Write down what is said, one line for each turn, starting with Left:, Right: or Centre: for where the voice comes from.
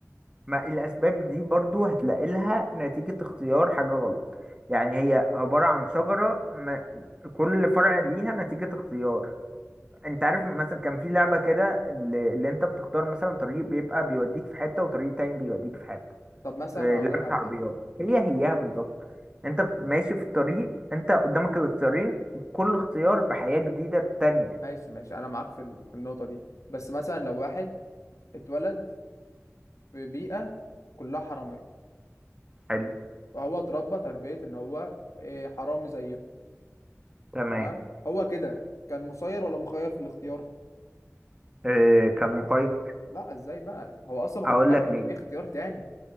Right: ما الاسباب دي برضو هتلاقي لها نتيجة اختيار حاجة غلط يعني هي عبارة عن شجرة ما- كل فرع ليها نتيجة اختيار انت عارف مثلا كان في لعبة كده اللي, اللي انت بتختار مثلا طريق بيبقى بيوديك في حتة وطريق تاني بيوديك في حتة
Left: طب مثلا
Right: آه،
Left: هقول
Right: لعبة
Left: لك على
Right: عربيات
Left: حاجة
Right: هي هيها بالظبط انت بت- ماشي في الطريق انت قدامك الاختيارين وكل اختيار بحياة جديدة تانية
Left: ماشي ماشي أنا معاك في ال- في النقطة دي بس مثلا لو واحد اتولد في بيئة كلها حرامية
Right: حلو
Left: وهو اتربى تربية إن هو إيه، حرامي زيهم
Right: تمام
Left: تمام هو كده كان مسير ولا مخير في الاختيار؟
Right: اه كان مخير
Left: لا إزاي بقى هو أصلا ما
Right: هقول
Left: كانش يعرف
Right: لك
Left: إن
Right: ليه
Left: في اختيار تاني